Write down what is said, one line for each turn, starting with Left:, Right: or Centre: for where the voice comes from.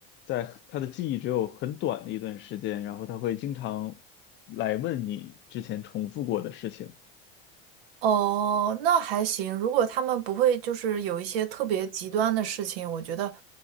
Left: 在他的记忆只有很短的一段时间，然后他会经常来问你之前重复过的事情。
Right: 哦，那还行。如果他们不会就是有一些特别极端的事情，我觉得